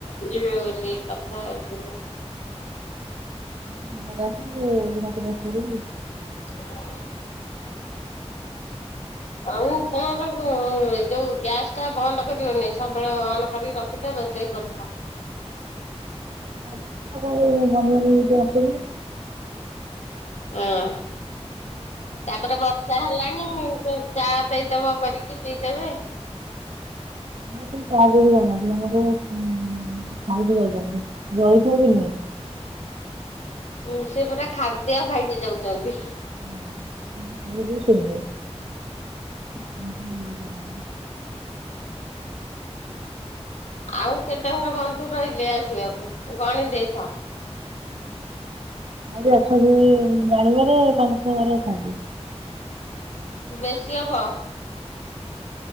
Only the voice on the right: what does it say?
ସେ ସୁନ୍ଦର ଆସେ ଯେ ଘୋଡ଼ା ଫୋଡ଼ା ଚଢ଼ି।
ଆଉ କ କଣ କରିବୁ <unintelligible> ଗ୍ୟାସ୍ ସରି।
ଆମର କେଇ ଚା ପିଇକି ଯାଉନାହାନ୍ତି ଆମର ସବୁ ଉଁ ଖାଇକି ଯାଉଚନ୍ତି ଜଳଖିଆ ବି ନୁହେଁ।
ହଁ ଉଁ ଖାଇ ପିଇ ଶୋଇବେ। <unintelligible>
ଆହୁରି ଅଛନ୍ତି ଜାଣିବାରେ ପାଞ୍ଚ ଛ ଘର ଅଛନ୍ତି।